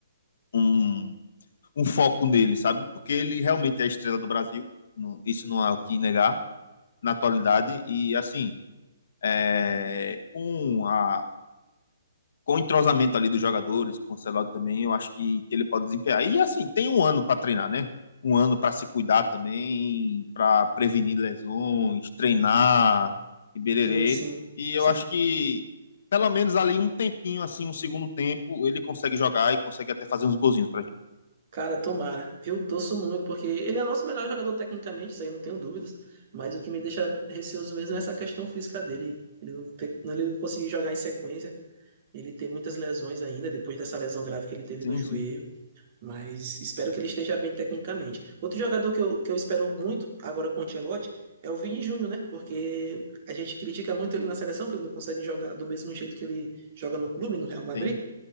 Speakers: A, on the left (about 60°); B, on the right (about 45°).
A: um, um foco nele, sabe? Porque ele realmente é a estrela do Brasil, não, isso não há o que negar na atualidade, e assim, é, com a com o entrosamento ali dos jogadores, com o Celado também, eu acho que, que ele pode desempenhar. E assim, tem um ano para treinar, né? Um ano para se cuidar também, para prevenir lesões, treinar, e bererê.
B: Sim, sim,
A: E eu
B: sim.
A: acho que pelo menos ali um tempinho, assim, um segundo tempo, ele consegue jogar e consegue até fazer uns golzinhos pra gente.
B: Cara, tomara. Eu torço muito, porque ele é nosso melhor jogador tecnicamente, isso aí eu não tenho dúvidas. Mas o que me deixa receoso mesmo é essa questão física dele. Ele não, ter- ele não conseguir jogar em sequência. Ele tem muitas lesões ainda, depois dessa lesão grave que ele teve
A: Sim,
B: no joelho,
A: sim,
B: mas espero que ele esteja bem tecnicamente. Outro jogador que eu, que eu espero muito agora com o Ancelotti é o Vini Júnior, né? Porque a gente critica muito ele na seleção, que ele não consegue jogar do mesmo jeito que ele joga no clube, no Real Madrid.
A: sim.